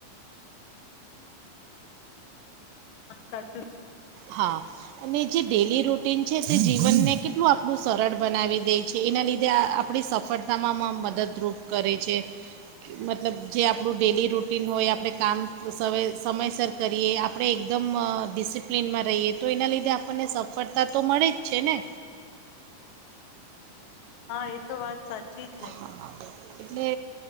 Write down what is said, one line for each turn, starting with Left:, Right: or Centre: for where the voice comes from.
Left: હ સાચું
Right: હા અને જે ડેલી રૂટન છે તે જીવનને કેટલું આપણું સરળ બનાવી દે છે એના લીધે આપણી સફળતામાં મદદરૂપ કરે છે મતલબ જે આપણું ડેલી રૂટિન હોય આપણે કામ સમયસર કરીએ આપણે એકદમ ડિસિપ પ્લેનમાં રહીએ તો એના લીધે આપણને સફળતા તો મળે જ છે ને
Left: હા એ તો વાત સાચી જ ને
Right: હા એટલે